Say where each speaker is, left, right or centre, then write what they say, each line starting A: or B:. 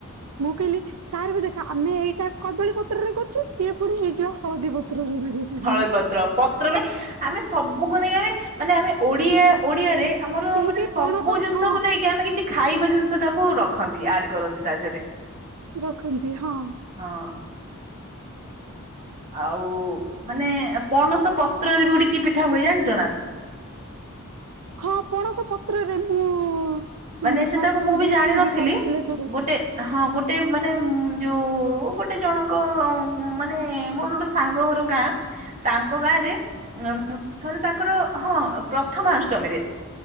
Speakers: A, on the right (about 80°); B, on the right (about 35°).
A: ମୁଁ କ ଇଲି। ତାର ବି ଦେଖ ଆମେ ଏଇଟା କଦଳୀ ପତ୍ରରେ କରୁଛୁ ସିଏ ପୁଣି ହେଇଯିବ ହଳଦୀ ପତ୍ରରୁ ତାକୁ। କରିବେ
B: ହଳଦୀ ପତ୍ର ପତ୍ର ବେ ଆମେ ସବୁକୁ ନେଇ ଆମେ ମାନେ ଆମେ ଓଡିଆ ଓଡିଆରେ। ଆମର
A: କେହି
B: ମାନେ
A: କେହି
B: ସବୁ
A: ପଣସ
B: ଜିନିଷକୁ
A: ହଁ
B: ନେଇକି ଆମେ କିଛି। ଖାଇବା ଜିନିଷ ଟାକୁ ରଖନ୍ତି ଆଡ କରନ୍ତି ତା ଦେହରେ।
A: ରଖନ୍ତି ହଁ।
B: ହଁ। ଆଉ ମାନେ ପଣସ ପତ୍ରରେ ବି ଗୋଟେ କି ପିଠା ହୁଏ ଜାଣିଚ ନା।
A: ହଁ ପଣସ ପତ୍ରରେ ମୁଁ
B: ମାନେ
A: ହଁ
B: ସେଟାକୁ
A: ଶାଶୁ
B: ମୁଁ ବି
A: ଯିଏ
B: ଜାଣିନଥିଲି
A: ସିଏ କରିଥିଲେ ଥରେ
B: ଗୋଟେ ହଁ ଗୋଟେ ମାନେ ଯୋଉ ଗୋଟେ ଜଣଙ୍କ ମାନେ ମୋର ଗୋଟେ ସା ସାଙ୍ଗ ଘର ଗାଁ। ତାଙ୍କ ଗାଁରେ ମୁ ଥରେ ତାଙ୍କର ହଁ ପ୍ରଥମା ଅଷ୍ଟମୀରେ--'